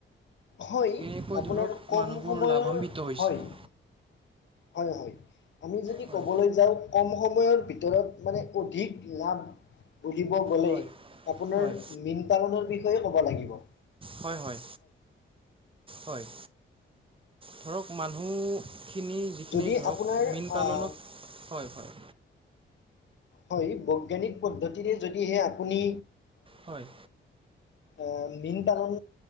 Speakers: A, on the left; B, on the right.
A: হয়
B: কেনেকৈ
A: আপোনাৰ
B: ধৰক
A: কম
B: মানুহবোৰ
A: সময়ৰ
B: লাভান্বিত হৈছে।
A: হয় হয়- হয়, আমি যদি
B: হয়
A: ক'বলৈ যাওঁ কম সময়ৰ ভিতৰত মানে অধিক লাভ বুুলিব গ'লেই
B: হয়
A: আপোনাৰ
B: হয়
A: মীন পালনৰ বিষয়ে ক'ব লাগিব।
B: হয়- হয়। হয়, ধৰক মানুহ খিনি যিখিনি
A: যদি
B: ধৰক
A: আপোনাৰ
B: মীন পালনত,
A: আহ
B: হয়- হয়।
A: হয়, বৈজ্ঞানিক পদ্ধতিৰে যদিহে আপুনি
B: হয়।
A: আ মীন পালন